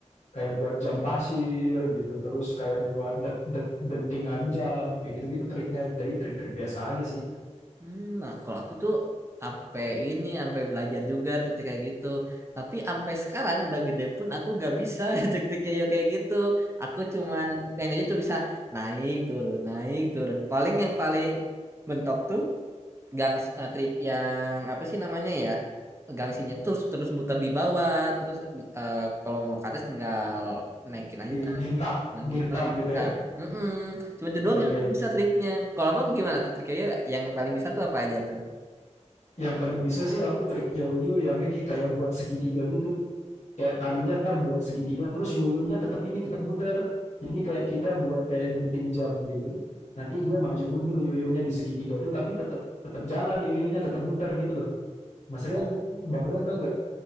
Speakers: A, on the left; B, on the right.
A: Kayak buat jam pasir gitu, terus kayak buat det, det- dentingan jam kayak gitu-gitu triknya. Jadi trik-trik biasa aja sih.
B: Hmm, nah, kalau aku tuh sampai ini, sampai belajar juga titik kayak gitu. Tapi sampai sekarang udah gede pun aku gak bisa <laughs> titik yoyo kayak gitu. Aku cuman pengen aja tuh bisa naik turun, naik turun. Paling yang paling mentok tuh gang eh, trik yang apa sih namanya ya? Gangsinya terus terus muter di bawah, terus eh, kalau mau ke atas tinggal naikin aja
A: Di- Dihentak,
B: lagi
A: dihentak
B: oh di TikTok
A: gitu ya.
B: Mm-mm. cuma itu doang
A: Iya,
B: yang
A: iya,
B: aku
A: iya.
B: bisa triknya kalau abang gimana tuh triknya yang paling bisa tuh apa aja tuh
A: Yang paling bisa sih aku trik yoyo yang ini kayak buat segitiga gitu. Kayak talinya ntar buat segitiga terus yoyonya tetap ini tetap muter. Jadi kayak kita buat kayak denting jam gitu. Nanti dia maju mundur yoyonya di segitiga itu tapi tetap tetap jalan yoyonya tetap muter gitu loh. Mas Rian,
B: Oh.
A: Bang Rian tahu gak?